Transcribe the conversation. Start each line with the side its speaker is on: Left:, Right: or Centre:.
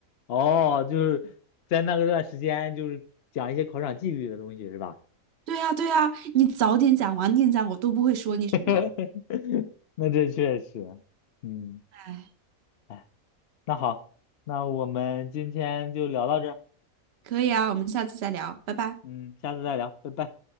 Left: 哦，就是在那个段时间，就是讲一些考场纪律的东西，是吧？
Right: 对呀，对呀，你早点讲，晚点讲，我都不会说你什么。
Left: <laughs> 那这确实，嗯，
Right: 哎，
Left: 哎，那好，那我们今天就聊到这儿
Right: 可以啊，我们下次再聊，拜拜。
Left: 嗯，下次再聊，拜拜。